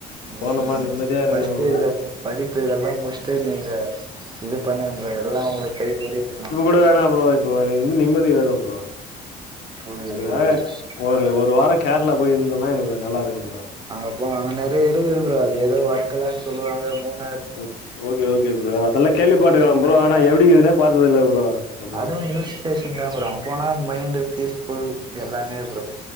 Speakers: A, on the right; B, on the left.
A: நீ
B: போனமா
A: நீங்க
B: நிம்மதியா இருக்கணு
A: ஃபஸ்ட்டு
B: ப்ரோ
A: இந்த படிப்பு இதெல்லா முட்ச்சுட்டு நீங்க இது பண்ணுங்க ப்ரோ எல்லா உங்களுக்கு கை கூடி வரு
B: இப்ப வேணா ப்ரோ இப்ப வ எனக்கு வந்து நிம்மதி வேணு ப்ரோ
A: புரியுது
B: அதுக்காக
A: புரியுது
B: ஒரு ஒரு வார கேரளா போய் இருந்தாதா எனக்கு நல்லா இருக்கு ப்ரோ
A: அங்க போனா அங்க நெறைய இருக்குது ப்ரோ அது எதோ வர்கலான் சொல்லுவாங்க மூணு
B: பட் ஓகே ஓகே ப்ரோ அதெல்லா கேள்வி பட்ருக்காங்க ப்ரோ ஆனா எப்டிக்குதுனே பாத்ததில்ல ப்ரோ ஆமா
A: அதுவு ஹில்ஸ் ஸ்டேஷன் தா ப்ரோ அங்க போனா மைண்டு பீஸ் ஃபுல் எல்லாமே ப்ரோ